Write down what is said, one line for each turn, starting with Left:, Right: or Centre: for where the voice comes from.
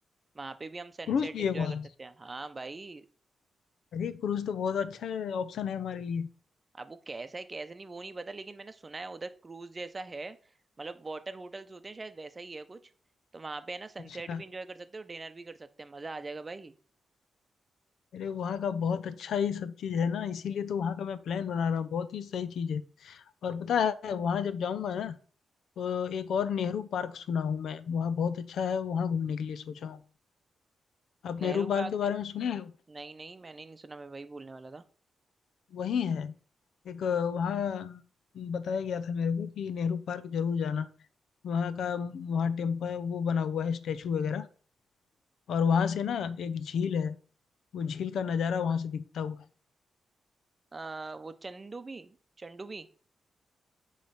Right: वहां पे भी हम सनसेट
Left: क्रूज भी
Right: एंजॉय
Left: है वहाँ
Right: कर सकते हैं हाँ भाई
Left: अरे क्रूज तो बहुत अच्छा ऑप्शन है हमारे लिए
Right: अब वो कैसा है कैसा नहीं वो नहीं पता लेकिन मैंने सुना है उधर क्रूज जैसा है मतलब वाटर होटल्स होते हैं शायद वैसा ही है कुछ तो वहां पे है ना सनसेट
Left: अच्छा
Right: भी एंजॉय कर सकते हो डिनर भी कर सकते हैं मजा आ जाएगा भाई
Left: अरे वहाँ का बहुत अच्छा ही सब चीज़ है ना इसीलिए तो वहाँ का मैं प्लान बना रहा हूँ बहुत ही सही चीज़ है और पता है वहाँ जब जाऊँगा ना तो एक और नेहरू पार्क सुना हूँ मैं वहाँ बहुत अच्छा है वहाँ घूमने के लिए सोचा हूँ आप
Right: नेहरू
Left: नेहरू पार्क
Right: पार्क
Left: के
Right: से
Left: बारे में सुने हो
Right: नहीं नहीं मैंने नहीं सुना मैं वही बोलने वाला था
Left: वही है एक अ, वहाँ बताया गया था मेरे को कि नेहरू पार्क जरूर जाना वहाँ का वहाँ टेम्पल वो बना हुआ है स्टेचू वगैरह और वहाँ से ना एक झील है वो झील का नज़ारा वहाँ से दिखता हुआ है
Right: आ, वो चंदू भी चंदू भी